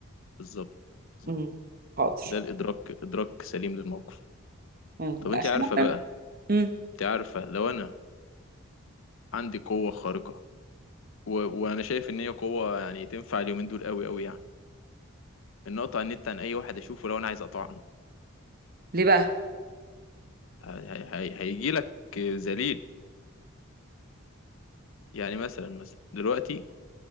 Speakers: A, on the left; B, on the right.
A: بالظبط بالظبط
B: امم حاضر
A: ده الادراك ادراك سليم للموقف
B: مم.
A: طب انت
B: عشان
A: عارفه بقى
B: أنا- امم
A: انت عارفه لو انا عندي قوة خارقة و... وانا شايف ان هي قوة يعني تنفع اليومين دول قوي قوي يعني ان اقطع النت عن اي واحد اشوفه لو انا عايز اقطع عنه
B: ليه بقى
A: هيجي لك ذليل يعني مثلا مثلا دلوقتي